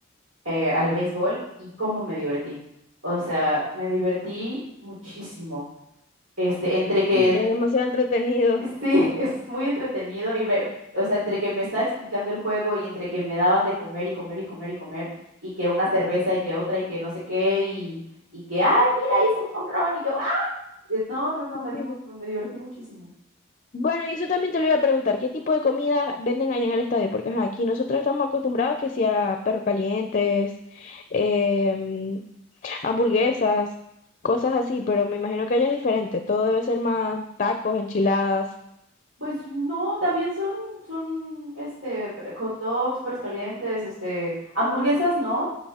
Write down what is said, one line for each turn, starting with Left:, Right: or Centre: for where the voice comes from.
Right: eh, al béisbol y cómo me divertí. O sea, me divertí muchísimo. Este, entre que
Left: Y es demasiado entretenido.
Right: Sí, <laughs> es muy entretenido y me, o sea, entre que me estaba explicando el juego y entre que me daban de comer y comer y comer y comer y que una cerveza y que otra y que no sé qué y, y que, ay, mira, hizo un home run y yo, ah, Y es- no, no, no,
Left: <laughs>
Right: me di mu- me divertí muchísimo.
Left: Bueno, y eso también te lo iba a preguntar, ¿qué tipo de comida venden allá en el estadio? Porque ajá, aquí nosotros estamos acostumbrados que sea perros calientes, em, hamburguesas, cosas así, pero me imagino que allá es diferente, todo debe ser más tacos, enchiladas.
Right: Pues no, también son, son este, hot dogs, perros calientes, este, hamburguesas, ¿no?